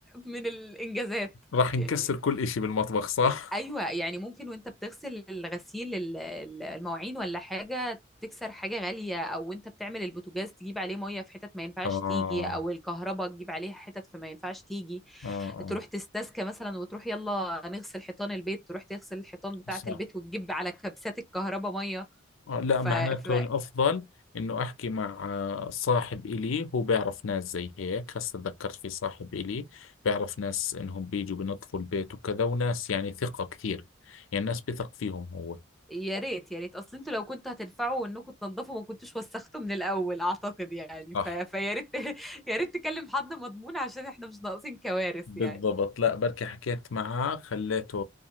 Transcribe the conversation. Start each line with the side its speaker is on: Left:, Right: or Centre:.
Centre: من الانجازات
Left: راح نكسر
Centre: يعني
Left: كل إشي بالمطبخ صح؟
Centre: ايوه يعني ممكن وانت بتغسل الغسيل ال- ال- المواعين ولا حاجة تكسر حاجة غالية او انت بتعمل البوتاجاز تجيب عليه مية في حتت ما ينفعش
Left: آه
Centre: تيجي او الكهرباء تجيب عليها حتت في ما ينفعش تيجي
Left: آه آه
Centre: تروح تستسكى مثلا وتروح يلا نغسل حيطان البيت تروح تغسل الحيطان بتاعة
Left: صح
Centre: البيت وتجيب على كبسات الكهرباء مية
Left: آه لا
Centre: ف...
Left: معناته
Centre: ف...
Left: الأفضل إنه أحكي مع آه، صاحب إلي هو بيعرف ناس زي هيك هسا تذكرت في صاحب إلي بيعرف ناس إنهم بيجوا بنظفوا البيت وكذا وناس يعني ثقة كثير يعني ناس بثق فيهم هو
Centre: يا ريت يا ريت اصل انتوا لو كنتوا هتنفعوا انكم تنضفوا ما كنتوش وسختوا من الاول اعتقد يعني
Left: صح
Centre: ف... فيا ريت <laughs> يا ريت تكلم حد مضمون عشان احنا مش ناقصين كوارث
Left: بالضبط
Centre: يعني
Left: لا بركي حكيت معاه خليته